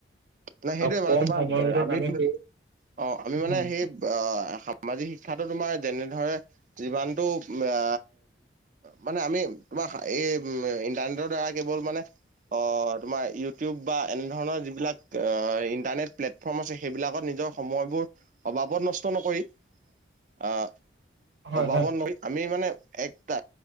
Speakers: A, on the right; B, on the right.
A: নাই সেইটোয়ে
B: আৰু
A: মানে
B: কম
A: তোমাৰ
B: সময়ৰ ভিতৰত
A: আমি
B: সেই
A: অ' আমি মানে
B: হয়
A: সেই অ' সামাজি শিক্ষাটো তোমাৰ যেনে ধৰে যিমানটো আ মানে আমি তোমাৰ এই ইণ্টাৰনেটৰ দ্বাৰা কেৱল মানে অ তোমাৰ ইউ টিউব বা এনেধৰণৰ যিবিলাক ইন্টাৰনেট প্লেটফৰ্ম আছে সেইবিলাকত নিজৰ সময়বোৰ অবাবত নষ্ট নকৰি অ
B: হয়
A: অবাবত
B: হয়
A: ন আমি মানে একটা